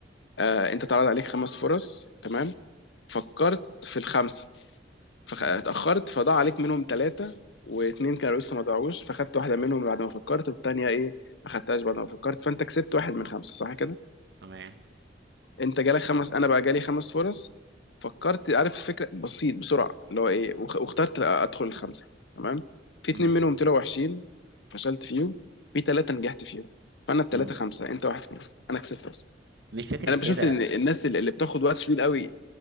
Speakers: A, on the left (about 75°); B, on the right (about 65°).
A: آه أنت اتعرض عليك خمس فرص تمام فكرت في الخمسة فاتأخرت
B: امم
A: فضاع عليك منهم ثلاثة واتنين كانوا لسه ما ضاعوش فخدت واحدة منهم بعد ما فكرت والتانية إيه ما خدتهاش بعد ما فكرت فأنت كسبت واحد من خمسة صح كده
B: تمام
A: انت جالك خمس انا بقى جالي خمس فرص فكرت عارف فكره بسيط بسرعه اللي هو ايه وخ- واخترت ادخل الخمسه تمام في
B: امم
A: اتنين منهم طلعوا وحشين فشلت فيهم في ثلاثه نجحت فيهم فانا الثلاثه
B: امم
A: خمسه انت واحد خمسه انا كسبت اصلا
B: مش فكرة
A: انا بشوف
B: كده
A: ان الناس اللي اللي بتاخد وقت طويل قوي